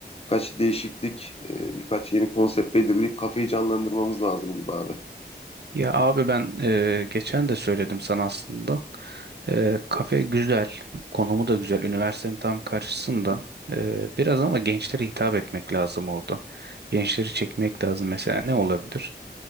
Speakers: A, on the left; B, on the right.
A: kaç değişiklik, e, birkaç yeni konsept belirleyip kafeyi canlandırmamız lazım gibi abi.
B: Ya abi ben e, geçen de söyledim sana aslında. E, kafe güzel, konumu da güzel. Üniversitenin tam karşısında. E, biraz ama gençlere hitap etmek lazım orada. Gençleri çekmek lazım. Mesela ne olabilir?